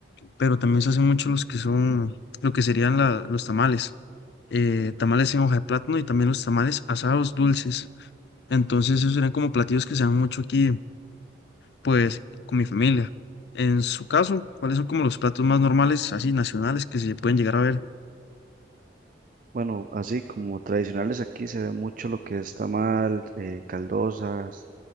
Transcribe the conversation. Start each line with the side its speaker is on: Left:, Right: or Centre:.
Left: pero también se hacen mucho los que son, lo que serían la- los tamales. eh, tamales en hoja de plátano y también los tamales asados dulces. Entonces, esos serían como platillos que se dan mucho aquí pues con mi familia. En su caso, ¿cuáles son como los platos más normales, así nacionales, que se pueden llegar a ver?
Right: Bueno, así como tradicionales aquí se ve mucho lo que es tamal, eh, caldosas